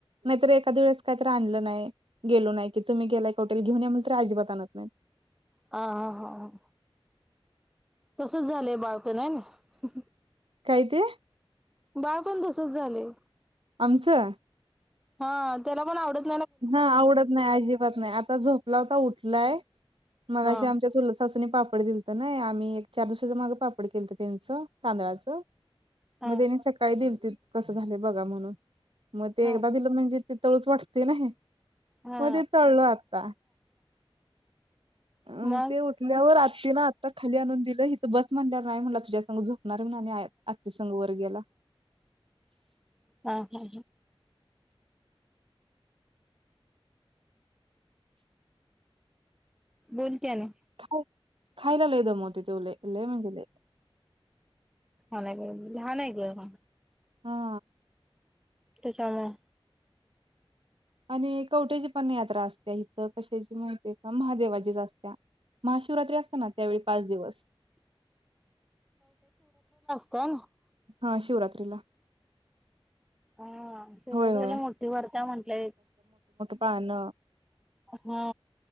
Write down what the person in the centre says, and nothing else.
हा हा हा तसचं झालंय बाळ पण हे नाही
बाळ पण तसचं झालेय.
हा त्याला पण आवडतं
हा
हा
हा
हा
मग
हा हा बोल की आणि
हा नाय बई लहान हाय गं
त्याच्यामुळ
हा ना <unintelligible>
हा शिवरात्रीला
मोठी भरत्या म्हंटलंय
हा